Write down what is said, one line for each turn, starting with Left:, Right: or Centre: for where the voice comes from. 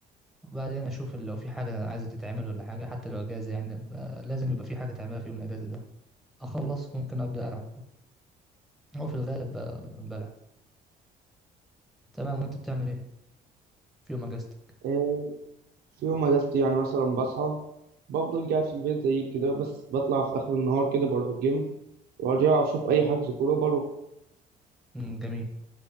Centre: وبعدين اشوف لو في حاجه عايزه تتعمل ولا حاجه حتى لو اجازه يعني فلازم يبقى في حاجه تعملها في يوم الاجازه ده اخلص ممكن ابدا العب او في الغالب ب- بلعب تمام وانت بتعمل ايه في يوم اجازتك
Right: آه، في يوم اجازتي يعني مثلا بصحى بفضل قاعد في البيت زي كده بس بطلع في اخر النهار كده بروح الجيم وارجع اشوف اي حجز كورة بروح
Centre: امم جميل